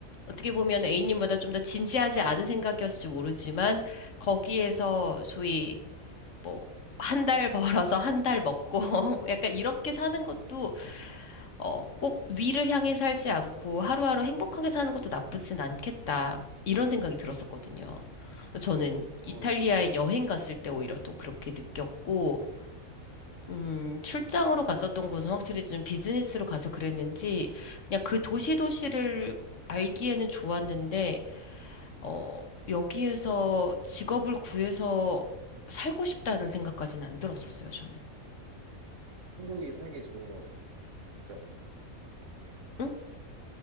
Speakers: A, on the left (about 60°); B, on the right (about 60°).
A: 어떻게 보면 A님보다 좀 더 진지하지 않은 생각이었을지 모르지만, 거기에서 소위 뭐, 한 달 <laughs> 벌어서 한 달 먹고, <laughs> 약간 이렇게 사는 것도, 어, 꼭 위를 향해 살지 않고 하루하루 행복하게 사는 것도 나쁘진 않겠다. 이런 생각이 들었었거든요. 저는 이탈리아에
B: 어,
A: 여행 갔을 때 오히려 또 그렇게 느꼈고, 음, 출장으로 갔었던 곳은 확실히 좀 비즈니스로 가서 그랬는지, 그냥 그 도시 도시를 알기에는 좋았는데, 어, 여기에서 직업을 구해서 살고 싶다는 생각까지는 안 들었었어요, 저는.
B: 한국이 살기 좋은 거 같죠?
A: 응?